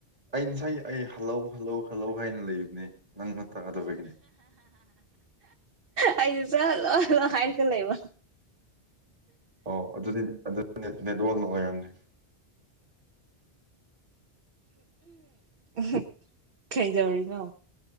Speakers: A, on the right; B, on the right.
A: ꯑꯩ ꯉꯁꯥꯏ ꯑꯩ ꯍꯜꯂꯧ ꯍꯜꯂꯧ ꯍꯜꯂꯧ ꯍꯥꯏꯅ ꯂꯩꯕꯅꯦ ꯅꯪꯅ ꯇꯥꯗꯕꯒꯤꯅꯦ
B: ꯑꯩꯗꯤ ꯆꯠꯂꯣ ꯍꯥꯏꯔꯀ ꯂꯩꯕ
A: ꯑꯣ ꯑꯗꯨꯗꯤ ꯅꯦꯠ ꯅꯦꯠꯋꯥꯛꯅ ꯑꯣꯏꯔꯝꯅꯤ
B: ꯎ ꯀꯩꯖꯧꯔꯤꯅꯣ